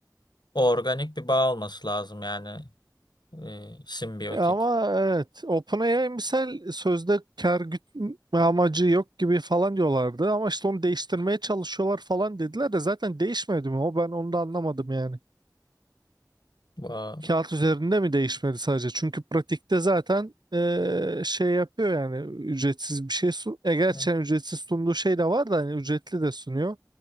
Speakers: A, on the left; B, on the right.
A: organik bir bağ olması lazım yani e, simbiyotik
B: Ama evet OpenAI misal sözde kar gütme amacı yok gibi falan diyorlardı ama işte onu değiştirmeye çalışıyorlar falan dediler de zaten değişmedi mi o ben onu da anlamadım yani.
A: bağ
B: Kağıt üzerinde mi değişmedi sadece? Çünkü pratikte zaten eee, şey yapıyor yani ücretsiz bir şey sun. E gerçekten
A: e,
B: ücretsiz sunduğu şey de var da hani ücretli de sunuyor.